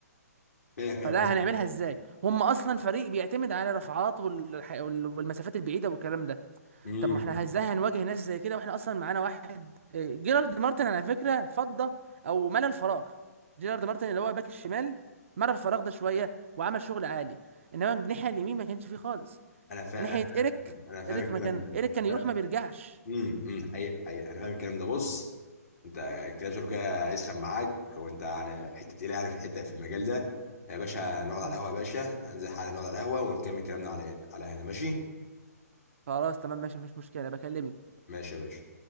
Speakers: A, on the left (about 65°); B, on the right (about 50°).
A: فاهم فاهم
B: فده
A: قصدي؟
B: هنعملها ازاي هم اصلا فريق بيعتمد على رفعات والح- والمسافات البعيده والكلام ده
A: مم.
B: طب ما احنا ازاي هنواجه ناس زي كده واحنا اصلا معانا واحد آه، جيرارد مارتن على فكره فضى او ملى الفراغ جيرارد مارتن اللي هو باك الشمال ملى الفراغ ده شويه وعمل شغل عالي انما الناحيه اليمين ما كانش فيه خالص
A: انا فاهم
B: ناحيه ايريك
A: انا انا فاهم
B: ايريك
A: الكلام
B: ما كان ايريك كان يروح
A: ده
B: ما بيرجعش
A: امم امم حقيقة حقيقة انا فاهم الكلام ده بص انت كده شغل كده هيسخن معاك وانت يعني حته تقيله يعني في حته في المجال ده يا باشا نقعد على
B: مم.
A: القهوه يا باشا انزل حالا نقعد على القهوه ونكمل كلامنا على إيه؟ على هنا ماشي
B: خلاص تمام ماشي مفيش مشكله بكلمني
A: ماشي يا باشا